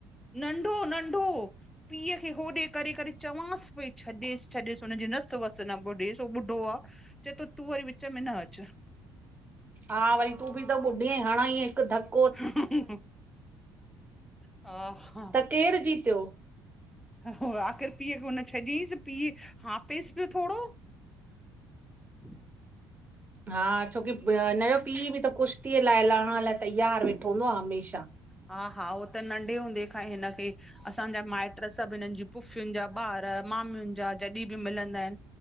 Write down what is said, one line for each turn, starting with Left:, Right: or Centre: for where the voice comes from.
Centre: नंढो -नंढो पीय खे होॾे करे -करे चवांस पई छॾेस- छॾेस हुनजी नस वस न ॿुधेस हो ॿुढो आ चैएतो तू वरी विच मे न अचु
Right: हा वरी तुभी त ॿुढी आईं, हणंई हिकु धक
Centre: हा- हा
Right: त केरु जीतियो?
Centre: हो, आख़िर पीअ उखे हुन छॾियंईस पीउ हापेस पियो थोड़ो। ह <inaudible>
Right: हा छोकी हिनजो पीउ भी त कुश्तीअ लाए, लएण लाए तैयार वेठो हूदो आ हमेशा।
Centre: हा हा होत नढे हूंदे खांई हिन खे असांजा माइट सभ हिनन जी पुफियुन जा ॿार मामन जा जॾी बि मिलंदा आहिन